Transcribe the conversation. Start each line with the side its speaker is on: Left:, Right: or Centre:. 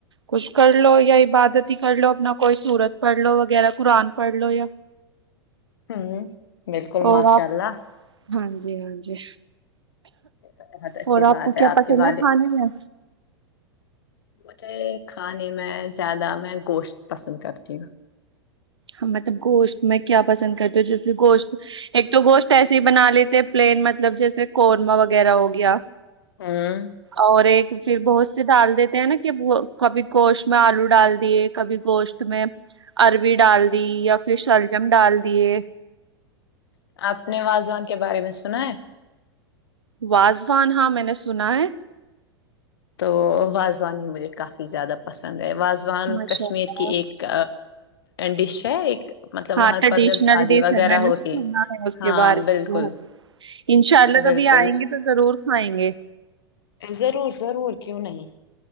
Right: کچھ کر لو یا عبادت ہی کر لو اپنا کوئی سورت پڑھ لو وغیرہ قرآن پڑھ لو یا
Left: ہ بالکل
Right: اور
Left: ماشاء
Right: آپ
Left: اللہ
Right: ہاں جی ہاں جی
Left: بہت اچھی
Right: اور آپ
Left: بات
Right: کو کیا پسند
Left: کے والد
Right: ہے کھانے میں
Left: مجھے کھانے میں زیادہ میں گوشت پسند کرتی ہوں
Right: مطلب گوشت میں کیا پسند کرتے ہ جیسے گوشت ایک تو گوشت ایسے ہی بنا لیتے پلین مطلب جیسے قورما وغیرہ ہو گیا
Left: ہوں
Right: اور ایک پھر بہت سے ڈال دیتے ہیں نا کہ وہ کبھی گوشت میں آلو ڈال دیے کبھی گوشت میں اروی ڈال دی یا پھر سلجم ڈال دیے
Left: آپ نے وازوان کے بارے میں سنا ہے
Right: واازوان ہاں میں نے سنا ہے
Left: تو واازوان ہی مجھے کافی زیادہ پسند ہے واازوان
Right: ماشاء
Left: کشمیر
Right: اللہ
Left: کہ ایک ڈیش ہے ایک مطلب
Right: ہاں
Left: وہاں
Right: ٹریڈیشنل
Left: پر جب شادی
Right: ڈیش
Left: وغیرہ
Right: ہے میں
Left: ہوتی
Right: نے سنا ہے اس
Left: ہاں
Right: کے بارے
Left: بالکل
Right: میں انشاء اللہ
Left: بالکل
Right: کبھی آئیں گے تو ضرور کھائیں گے
Left: ا ضرور ضرور کیوں نہیں